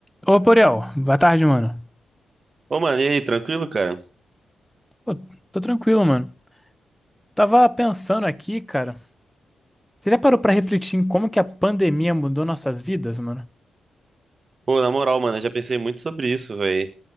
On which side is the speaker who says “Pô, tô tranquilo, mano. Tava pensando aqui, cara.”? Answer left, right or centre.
Centre